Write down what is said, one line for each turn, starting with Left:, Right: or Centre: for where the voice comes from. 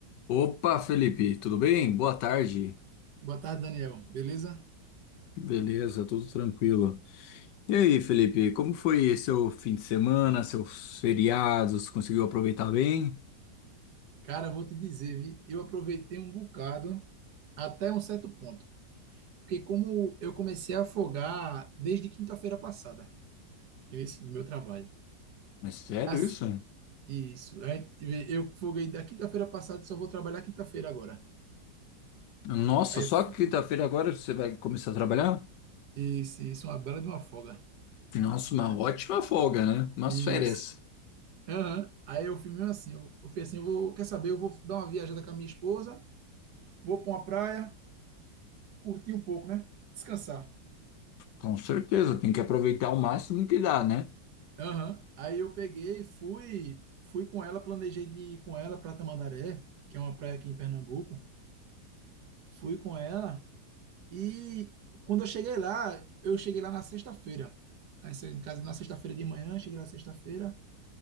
Left: Opa, Felipe, tudo bem? Boa tarde.
Right: Boa tarde, Daniel. Beleza?
Left: Beleza, tudo tranquilo. E aí, Felipe, como foi seu fim de semana, seus feriados? Conseguiu aproveitar bem?
Right: Cara, vou te dizer, vi, eu aproveitei um bocado até um certo ponto, porque como eu comecei a afogar desde quinta-feira passada, esse no meu trabalho.
Left: É sério
Right: Mas
Left: isso?
Right: isso, aí, vê, eu foguei da quinta-feira passada, só vou trabalhar quinta-feira agora.
Left: Nossa,
Right: Aí
Left: só
Right: fu-
Left: quinta-feira agora você vai começar a trabalhar?
Right: isso, isso é uma bela de uma folga.
Left: Nossa, uma
Right: Ah,
Left: ótima folga, né? Umas
Right: Isso.
Left: férias.
Right: Aham. Aí eu fui mesmo assim, eu, eu fui assim, eu vou, quer saber, eu vou dar uma viajada com a minha esposa, vou para uma praia, curtir um pouco, né? Descansar.
Left: Com certeza, tem que aproveitar o máximo que dá, né?
Right: Aham. Aí eu peguei, fui, fui com ela, planejei de ir com ela para Tamandaré, que é uma praia aqui em Pernambuco. Fui com ela e quando eu cheguei lá, eu cheguei lá na sexta-feira. Aí saí de casa na sexta-feira de manhã, cheguei lá sexta-feira.